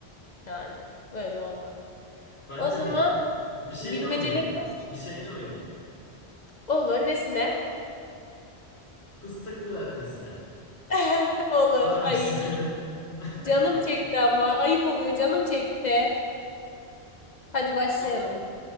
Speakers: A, on the left; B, on the left.
A: Yani böyle olmaz.
B: Bence
A: O zaman
B: de. Bir şeyle
A: bilmeceler
B: oynayalım.
A: nasıl
B: Bir şeyle oynayalım.
A: olur? Nesine?
B: Fıstıklı lattesine.
A: <laughs> Olur.
B: Var mısın?
A: Ay yiyeceğim.
B: <laughs>
A: Canım çekti ama. Ayıp oluyor. Canım çekti. Hadi başlayalım.
B: O, o-